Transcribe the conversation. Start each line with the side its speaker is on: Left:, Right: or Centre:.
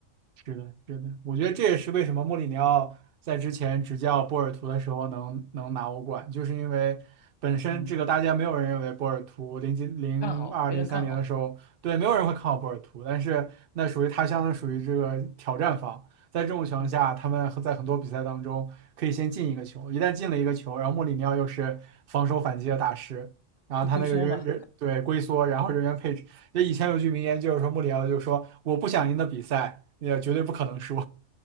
Right: 是的，是的，我觉得这也是为什么穆里尼奥在之前执教波尔图的时候能能拿欧冠，
Left: 对，
Right: 就是因为本身这个大家没有人认为波尔图零几零二零三年的时候，
Left: 嗯，看好没人看好，
Right: 对，没有人会看好波尔图，但是那属于他相当属于这个挑战方，在这种情况下，
Left: 嗯，
Right: 他们在很多比赛当中可以先进一个球，一旦进了一个球，然后穆里尼奥又是防守反击的大师，然后他那个人人对龟缩，
Left: 就龟缩嘛。
Right: 然后人员配置，那以前有句名言就是说穆里奥就说我不想赢的比赛，也绝对不可能输。